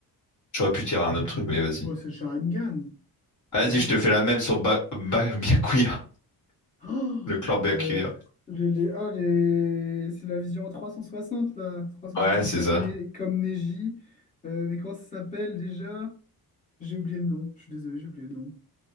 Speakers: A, on the left (about 50°); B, on the left (about 20°).
A: J'aurais pu dire un autre truc, mais vas-y.
B: Oh, c'est le Sharingan.
A: Vas-y,
B: Easy.
A: je te fais la même sur Ba- Ba- Byakuya,
B: Oh, <gasps>
A: le clan Byakuya.
B: euh, les, les- ah, les- c'est la vision en 360 là. trois cent
A: Ouais,
B: soixante
A: c'est
B: comme,
A: ça.
B: Ne- comme Neji. Euh, mais comment ça s'appelle déjà? J'ai oublié le nom. Je suis désolé, j'ai oublié le nom.